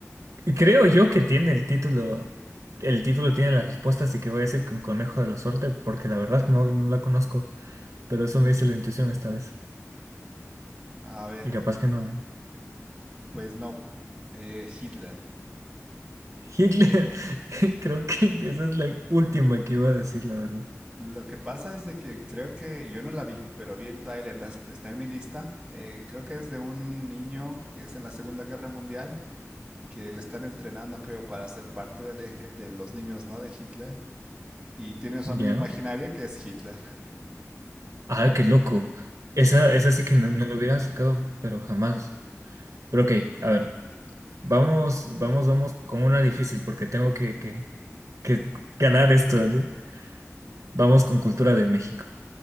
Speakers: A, on the right (about 70°); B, on the right (about 15°).
A: creo yo que tiene el título. El título tiene las respuestas, así que voy a decir con conejo de la suerte, porque la verdad no, no la conozco. Pero eso me dice la intuición esta vez.
B: A ver,
A: Y capaz que no. ¿eh?
B: pues no, eh, Hitler.
A: Hitler. <laughs> Creo que esa es la última que iba a decir, la verdad.
B: Lo que pasa es de que creo que yo no la vi, pero vi el tráiler, la- está en mi lista. Eh, creo que es de un niño que es en la Segunda Guerra Mundial, que le están entrenando, creo, para ser parte del eje- de los niños, ¿no? De Hitler. Y tiene a su amigo
A: Ya.
B: imaginario que es Hitler.
A: Ah, qué loco. Esa, esa sí que no, no lo hubiera sacado, pero jamás. Pero ok, a ver, vamos, vamos, vamos con una difícil porque tengo que, que, que ganar esto. ¿no? Vamos con cultura de México,